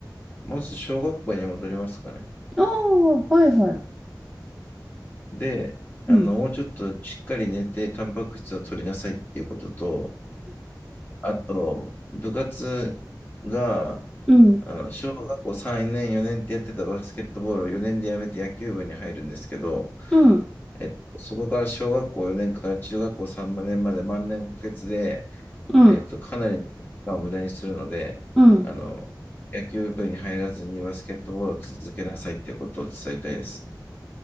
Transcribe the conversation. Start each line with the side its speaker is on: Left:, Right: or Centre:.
Left: まず小学校に戻りますかね。
Centre: おー、はいはい。
Left: で、あの、
Centre: うん、
Left: もうちょっとしっかり寝て、タンパク質を取りなさいっていうことと、あと、部活が、
Centre: うん、
Left: あの、小学校3年、4年ってやってたバスケットボールを4年でやめて野球部に入るんですけど、
Centre: うん、
Left: えっと、そこから小学校4年から中学校3年まで万年補欠で、
Centre: うん、
Left: えっと、かなり時間を無駄にするので、
Centre: うん。
Left: あの、野球部に入らずにバスケットボールを続けなさいっていうことを伝えたいですね。